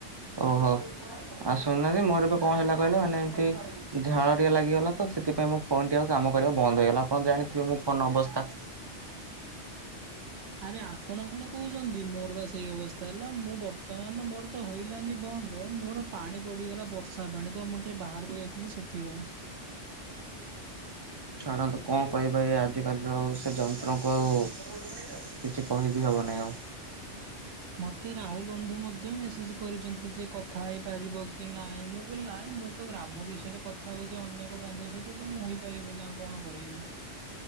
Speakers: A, on the right; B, on the right.
A: ଓହୋ। ଆଉ ଶୁଣୁନାହାନ୍ତି ମୋର ଏବେ କଣ ହେଲା କହିଲେ ମାନେ ଏମ୍ତି ଝାଳ ଟକେ ଲାଗିଗଲା ତ ସେଥିପାଇଁ ମୋ ଫୋନ୍ ଟି ଆଉ କାମ କରିବା ବନ୍ଦ ହେଇଗଲା, ଆପଣ ଜାଣିଥିବେ ମୋ ଫୋନ୍ ଅବସ୍ଥା।
B: ଆରେ ଆପଣ କଣ କହୁଛନ୍ତି ମୋର ବା ସେଇ ଅବସ୍ଥା ହେଲା, ମୁଁ ବର୍ତ୍ତମାନ ମୋର ତ ହୋଇଲାନି ବନ୍ଦ ମୋର ପାଣି ପଡ଼ିଗଲା ବର୍ଷା ପାଣି ତ ମୁଁ ଟିକେ ବାହାରକୁ ଯାଇଥିଲି ସେଥିପାଇଁ।
A: <unintelligible> ଛାଡ଼ନ୍ତୁ କଣ କରିବା ଏ ଆଜିକାଲିର ସେ ଯନ୍ତ୍ରଙ୍କୁ ଆଉ। କିଛି କହିବି ହବନେଇଁ ଆଉ।
B: ମତେ ରାହୁଲ୍ ବନ୍ଧୁ ମଧ୍ୟ ମେସେଜ୍ କରିଛନ୍ତି ଯେ କଥା ହେଇପାରିବ କି ନାଇଁ, ମୁଁ କହିଲି ନହିଁ ମୁଁ ତ ଗ୍ରାମ ବିଷୟରେ କଥା ହଉଛି ଅନ୍ୟ ଏକ ବନ୍ଧୁଙ୍କ ସହିତ ତ ମୁଁ ହୋଇପାରିବି ନା ଆଉ କଣ କହିବି।